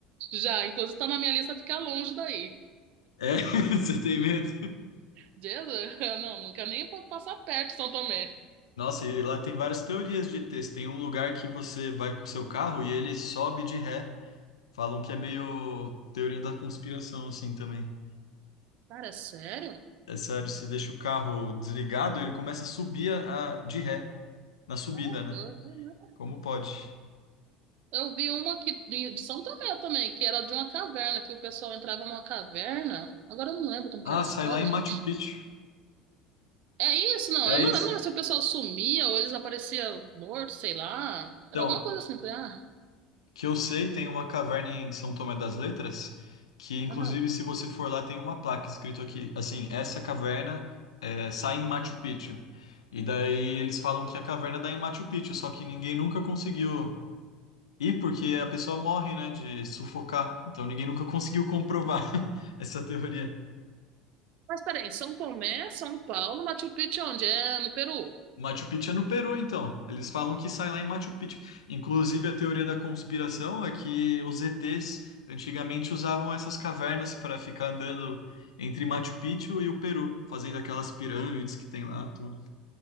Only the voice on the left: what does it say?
É? <laughs> Você tem medo?
Nossa, e lá tem várias teorias de ETs. Tem um lugar que você vai com o seu
carro e ele sobe de ré. Falam que é meio teoria da conspiração assim também.
É sério, se deixa o carro desligado, ele começa a subir a, a- de ré, na subida,
né? Como pode?
Ah,
sai lá em Machu
Picchu.
É
isso.
Então,
que eu sei, tem uma caverna em São Tomé das Letras, que inclusive
se você for lá tem uma placa escrito aqui, assim, essa caverna é, sai em Machu Picchu. E daí eles falam que a caverna dá em Machu Picchu, só que ninguém nunca conseguiu ir porque a pessoa morre, né, de sufocar. Então ninguém nunca conseguiu comprovar <laughs> essa teoria.
Machu Picchu é no Peru, então. Eles falam que sai lá em Machu Picchu. Inclusive, a teoria da conspiração é que os ETs antigamente usavam essas cavernas para ficar andando entre Machu Picchu e o Peru, fazendo aquelas pirâmides que tem lá, tudo.